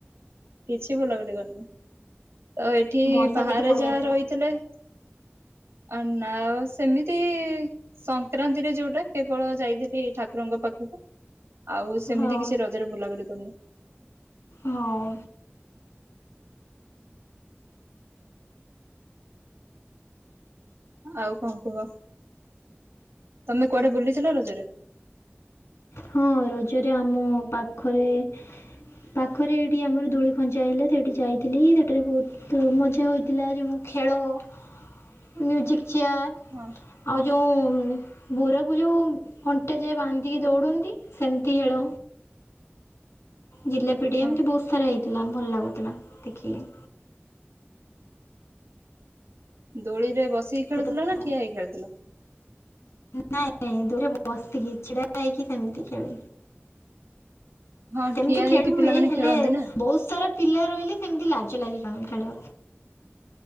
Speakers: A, on the right (about 80°); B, on the left (about 85°).
A: କିଛି ବୁଲାବୁଲି କରିନି ତ ଏଠି
B: ବର୍ଷା
A: ବାହାରେ
B: ଦେଖି ପଳେଇ
A: ଯାହା
B: ଆସିଲା।
A: ରହିଥିଲେ। ସ <inaudible> ନା ସେମିତି ସଂକ୍ରାନ୍ତିରେ ଯୋଉଟା କେବଳ ଯାଇଥିଲି ଠାକୁରଙ୍କ ପାଖକୁ ଆଉ ସେମିତି
B: ହଉ
A: କିଛି ରଜରେ ବୁଲାବୁଲି କରିନି।
B: ହଁ
A: ଆଉ କଣ କୁହ? ତମେ କୁଆଡ଼େ ବୁଲିଥିଲ ରଜରେ?
B: ହଁ ରଜରେ ଆମ ପାଖରେ ପାଖରେ ଏଇଠି ଆମର ଧୂଳି ଖଞ୍ଚା ହେଲା ସେଠି ଯାଇଥିଲି ସେଠରେ ବହୁତ ମଜା ହେଥିଲା ଯେ ମୁଁ ଖେଳ ମ୍ୟୁଜିକ୍ ଚେୟାର୍
A: ହଁ
B: ଆଉ ଯେଉଁ ବୁରକୁ ଯୋଉ ଅଣ୍ଟେ ଯଏ ବାନ୍ଧିକି ଦୌଡନ୍ତି ସେମିତି ଖେଳ ଜିଲ୍ଲା ପିଢ଼ି
A: ହଁ
B: ଏମିତି ବହୁତ ସାରା ହେଇଥିଲା ଭଲ ଲାଗୁଥିଲା ଦେଖିକି।
A: ଦୋଳିରେ ବସିକି ଖେଳୁଥିଲ
B: ଛୋଟ ପିଲା
A: ନା ଠିଆ ହୋଇ କି ଖେଳୁଥିଲ?
B: ନାଇଁ ଦୋଳିରେ ବସିକି ଛିଡା ହେଇକି ସେମିତି ଖେଳେ
A: ହଁ
B: ସେମତି
A: ଠିଆ
B: ଖେଳି
A: ହେଇକି
B: ହୁଏ
A: ପିଲାମାନେ
B: ହେଲେ
A: ଖେଳନ୍ତି ନା
B: ବହୁତୁ ସାରା ପିଲା ରହିଲେ ସେମତି ଲାଗେ। ଚାଲ ଖେଳ।